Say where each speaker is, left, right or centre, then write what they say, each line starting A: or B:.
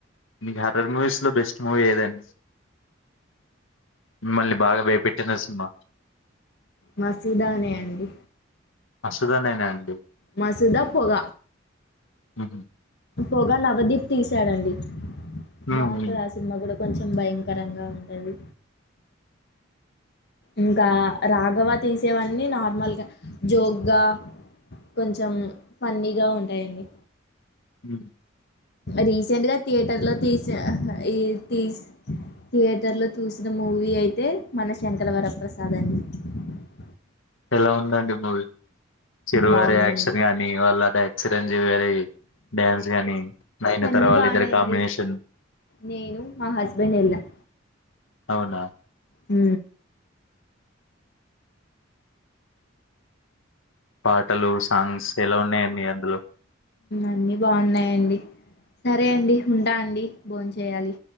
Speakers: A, on the left; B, on the left.
A: మీకు హర్రర్ మూవీస్ లో బెస్ట్ మూవీ ఏదండి మిమ్మల్ని బాగ భయపెట్టిన సినిమా
B: మసుదానే అండి
A: అసుదానేనా అండి
B: మసుదా పొగ
A: హుహు.
B: పొగ నవదీప్ తీశారండి
A: హ్మ్.
B: బావుంటది
A: హ్మ్.
B: ఆ సినిమా గుడ కొంచెం భయంకరంగా ఉంటది ఇంకా రాగవ తీసేవన్నీ నార్మల్గ, జోగ్గా కొంచెం ఫన్నీగా ఉంటాయండి.
A: ఉహ్
B: రీసెంట్ గా థియేటర్ లో తీశా హ ఈ తీస్ థియేటర్లో చూసిన మూవీ అయితే, మన శంకరవరప్రసాద్ అండి. <unintelligible>
A: ఎలా ఉందండి మూవి చిరువారి
B: బాగుందండి
A: యాక్షన్ గానీ, వాళ్ళ డై యాక్షన్ రేంజ్ వేరు డ్యాన్స్ గానీ, నయినతార
B: అన్ని
A: వాళ్ళిద్దరి
B: బాగున్నాయండి
A: కాంబినేషన్
B: నేను, మా హస్బెండ్ వెళ్ళాం,
A: అవునా
B: ఊ
A: పాటలూ, సాంగ్స్ ఎలా ఉన్నయండి అందులో
B: అన్నీ బాగున్నాయండి సరే అండి ఉంటా అండి బోన్ చేయాలి.